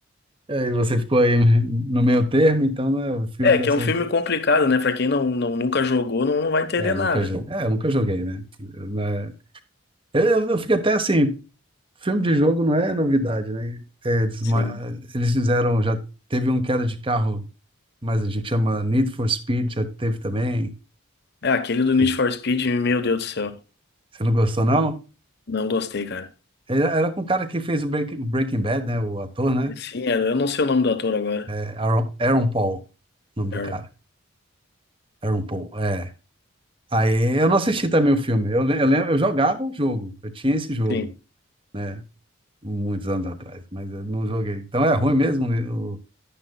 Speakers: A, on the right; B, on the left.
A: é, e você ficou aí no meio termo, então né, o filme
B: É,
A: deve
B: que é
A: ser
B: um filme complicado, né? Pra quem não, não, nunca jogou, não, não vai entender
A: É, eu
B: nada.
A: nunca joguei. É, eu nunca joguei, né? Eu, né? eu, eu- eu fico até assim, filme de jogo não é novidade, né? É, Eles,
B: Sim.
A: ma- eles fizeram, já teve um queda de carro mas a gente chama Need for Speed, já teve também.
B: É, aquele do
A: Que-
B: Need for Speed, meu Deus do céu.
A: Você não gostou, não?
B: Não gostei, cara.
A: Era, era com o cara que fez o Breaking, Breaking Bad, né? O ator, né?
B: Sim, é, eu não sei o nome do ator agora.
A: É Aaron, Aaron Paul, o nome
B: É,
A: do cara. Aaron Paul, é. Aí eu não assisti também o filme. Eu, le- eu lembro, eu jogava o jogo, eu tinha esse jogo.
B: sim.
A: né? muitos anos atrás, mas eu não joguei. Então é ruim mesmo o